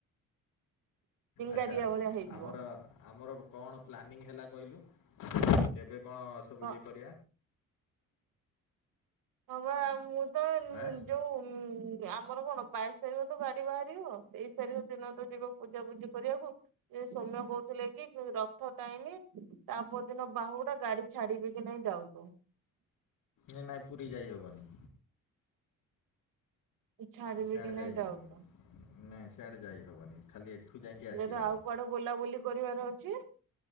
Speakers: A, on the right; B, on the left.
A: ଚିଙ୍ଗାରିଆ
B: ଆଚ୍ଛା
A: ଭଳିଆ ହେଇଯିବ।
B: ଆମର ଆମର କଣ ପ୍ଲାନିଂ ହେଲା କହିଲୁ କେବେ କଣ ସବୁ
A: ହଁ
B: ଇଏ କରିବା?
A: ହଁ ପା ମୁଁ ତ
B: ଆଁ
A: ଯୋଉ ହୁଁ ଆମର କଣ ବାଇଶି ତାରିଖ ତ ଗାଡ଼ି ବାହାରିବ, ତେଇଶି ତାରିଖ ଦିନ ତ ଯିବ ପୂଜା ପୂଜି କରିବାକୁ। ସୌମ୍ୟ କହୁଥିଲେ କି ରଥ ଟାଇମ, ତା ପରଦିନ ବାହୁଡା଼ ଗାଡି ଛାଡ଼ିବେ କି ନାଇଁ ଡାଉଟୁ।
B: ନା-ନାଇଁ ପୁରୀ ଯାଇ ହବନି।
A: ଛାଡିବେ
B: ସିଆଡ଼େ
A: କି
B: ଯାଇ
A: ନାଇଁ
B: ହବନି।
A: ଡାଉଟ।
B: ନାଇଁ ସିଆଡ଼େ ଯାଇ ହବନି ଖାଲି ଏଠୁ ଯାଇକି ଆସିହବ।
A: ଯଦି ଆଉ କୁଆଡେ ବୁଲାବୁଲି କରିବାର ଅଛି।